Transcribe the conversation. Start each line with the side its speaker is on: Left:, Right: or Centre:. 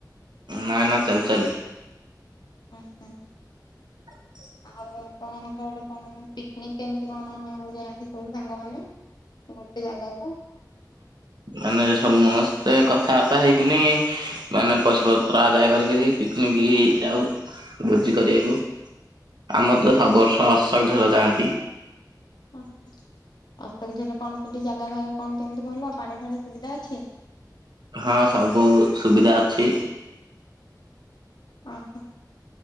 Right: ନା ନା ଚାଲି ଚାଲି।
Left: ଓହୋ।
Right: ହ <inaudible>
Left: ଆଉ ଆପଣଙ୍କ ଆଡେ କଣ କେମି ପିକନିକ କେମିତି କଣ ଯାଆନ୍ତି ସବୁ ସାଙ୍ଗମାନେ? ଗୋଟେ ଜାଗା ତ।
Right: ମାନେ ସମସ୍ତେ କଥାବାର୍ତ୍ତା ହେଇକିନି ମାନେ ପଇସାପତ୍ର ଆଦାୟ କରିକିରି ପିକନିକ ଯାଉ ଭୋଜି କରିବାକୁ। ଆମ ତ ସବୁ ବର୍ଷ ଅଶୋକ ଝର ଯାଆନ୍ତି।
Left: ହ <inaudible> ଅଶୋକଝର କଣ ସେଠି ଜାଗା ଫାଗା କଣ କେମିତି ଭଲ ପାଣି ଫାଣି ସୁବିଧା ଅଛି?
Right: ହଁ ସବୁ ସୁବିଧା ଅଛି।
Left: ଓହୋ